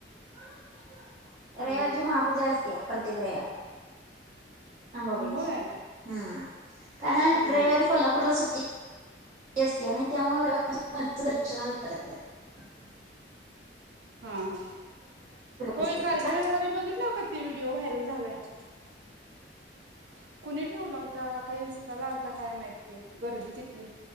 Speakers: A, on the right (about 45°); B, on the right (about 80°).
A: <unintelligible>
B: हा
A: रविवारची
B: हा
A: महापूजा अस त्या प्रत्येक रवी अंबाबाईची
B: होय
A: हम्म कारण
B: हा
A: रविवारी
B: हा
A: कोल्हापूरला सुट्टी अस आणि त्यामुळे रविवारचा अंबाबाईच्या दर्शना जात येत नाही.
B: हा-हा होय
A: असते
B: कालच्या रविवारी बघितलं का ते व्हिडिओ व्हायरल झालाय. <unintelligible> कुणी ठेवला होता काही इंस्टाला आलता काय माहिती. गर्दी तिथली